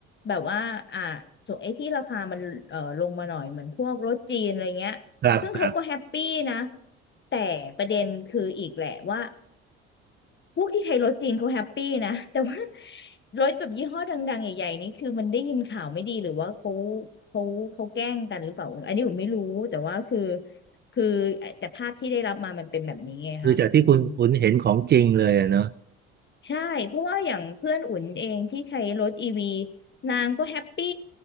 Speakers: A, on the left; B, on the right.
A: แบบว่าอ่าส่วนไอ้ที่ราคามันเออลงมาหน่อยเหมือนพวกรถจีนอะไรเงี้ยซึ่งเขาก็แฮปปี้นะ
B: ครับครับ
A: แต่ประเด็นคืออีกแหละว่า พวกที่ใช้รถจีนเขาแฮปปี้นะแต่ว่ารถแบบยี่ห้อดังๆใหญ่ๆนี่คือมันได้ยินข่าวไม่ดีหรือว่าเขาเขาเขาแกล้งกันหรือเปล่าอันนี้ผมไม่รู้แต่ว่าคือคือแต่ภาพที่ได้รับมามันเป็นแบบนี้ไงคะอืม
B: คือจากที่คุณคุณเห็นของจริงเลยอะเนาะ
A: ใช่เพราะว่าอย่างเพื่อนอุ่นเองที่ใช้รถอีวีนางก็แฮปปี้